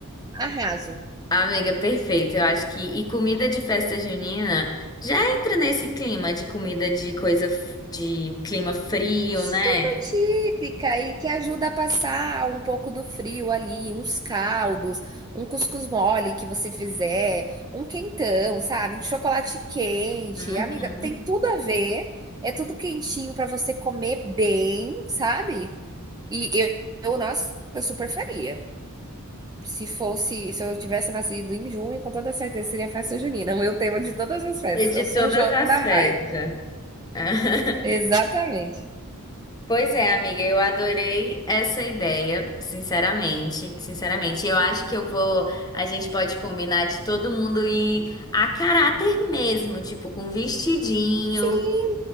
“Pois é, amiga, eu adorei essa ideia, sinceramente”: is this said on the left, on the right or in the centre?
Left